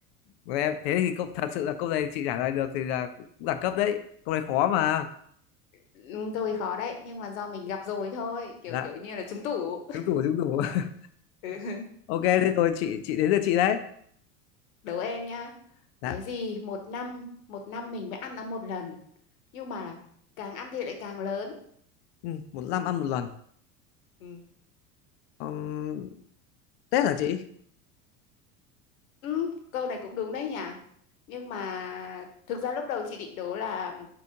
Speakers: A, on the left; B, on the left.
A: rồi em thế thì câu, thật sự là câu này chị trả lời được thì là cũng đẳng cấp đấy. Câu này khó mà.
B: Ừ, câu ấy khó đấy nhưng mà do mình gặp rồi thôi kiểu
A: Dạ,
B: kiểu như là trúng tủ
A: trúng tủ trúng tủ. <laughs>
B: <laughs>
A: Ok, thế rồi chị chị đến lượt chị đấy.
B: Đố em nhá.
A: Dạ.
B: Cái gì một năm, một năm mình mới ăn nó một lần. Nhưng mà càng ăn thì lại càng lớn.
A: Ừ, một năm ăn một lần.
B: ừ
A: Ừm, Tết hả chị?
B: Ừ, câu này cũng đúng đấy nhỉ. Nhưng mà thực ra lúc đầu chị định đố là